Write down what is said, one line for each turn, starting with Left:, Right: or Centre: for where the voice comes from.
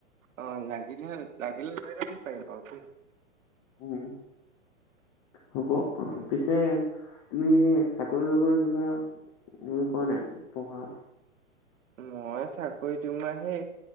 Right: অ, লাগিলে, লাগিলে লৈ যাব পাৰিবা <inaudible>
Left: উম, হ'ব অ, পিছে তুমি চাকৰি-বাকৰি কিবা উম, কৰা নাই পঢ়া।
Right: মই চাকৰি তোমাৰ হেই